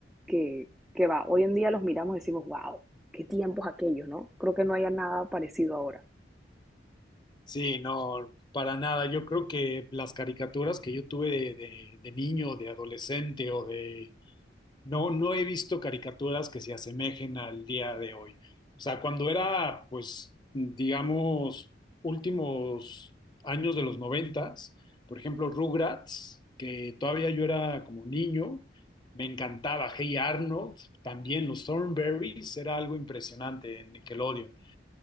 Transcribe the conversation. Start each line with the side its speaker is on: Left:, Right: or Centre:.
Centre: que, que va, hoy en día los miramos y decimos, wow, qué tiempos aquellos, ¿no? Creo que no haya nada parecido ahora.
Left: Sí, no, para nada. Yo creo que las caricaturas que yo tuve de, de- de niño, de adolescente o de No, no he visto caricaturas que se asemejen al día de hoy. O sea, cuando era, pues, digamos, últimos años de los noventas, por ejemplo, Rugrats, que todavía yo era como niño, me encantaba. Hey Arnold, también los Thornberrys, era algo impresionante en Nickelodeon.